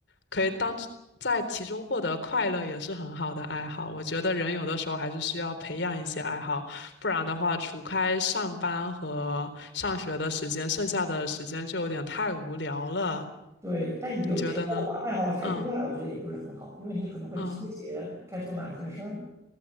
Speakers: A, on the left; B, on the right.
A: 可以当在其中获得快乐，也是很好的爱好。我觉得人有的时候还是需要培养一些爱好，不然的话，除开上班和上学的时间，剩下的时间就有点太无聊了。
B: 对，但有时候吧，
A: 你觉得呢？
B: 爱好太多了，
A: 嗯。
B: 我觉得也不是很好，因为你可能会纠结该做哪件事儿呢。
A: 嗯